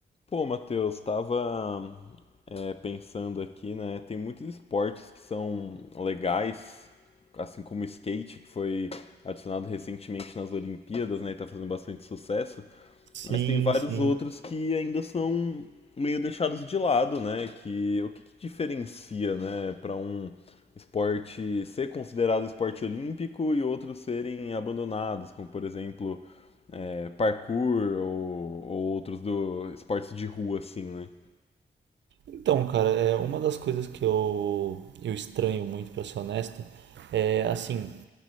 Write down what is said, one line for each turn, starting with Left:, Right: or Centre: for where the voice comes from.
Left: Pô, Matheus, estava pensando aqui, né? Tem muitos esportes que são legais, assim como o skate, que foi adicionado recentemente nas Olimpíadas, né? E tá fazendo bastante sucesso.
Right: Sim,
Left: Mas tem vários
Right: sim.
Left: outros que ainda são meio deixados de lado, né? Que o que, que diferencia, né, para um esporte ser considerado esporte olímpico e outros serem abandonados, como por exemplo é, parkour ou, ou outros do esportes de rua, assim, né?
Right: Então, cara, é uma das coisas que eu, eu estranho muito, pra ser honesto, é assim,